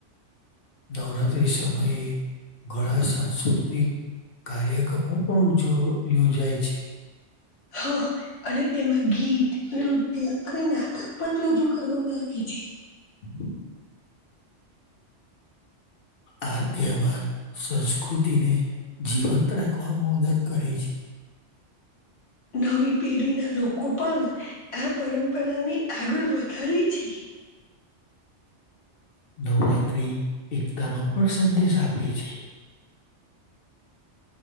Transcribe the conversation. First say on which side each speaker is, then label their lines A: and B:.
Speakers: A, on the left; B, on the left.
A: નવરાત્રી સમયે ઘણા સાંસ્કૃતિક. કાર્યક્રમો પણ ઉ યોજાય છે.
B: હા અને તેમાં ગીત નૃત્ય અને નાટક પણ રજૂ કરવામાં આવી જાય
A: <inaudible> આ તહેવાર સંસ્કૃતિને જીવંત રાખવામાં મદદ કરે છે
B: નવી પેઢી ના લોકો પણ આ પરંપરાની આગળ વધારે છે <inaudible>
A: નવરાત્રિ એકતાનો પણ સંદેશ આપે છે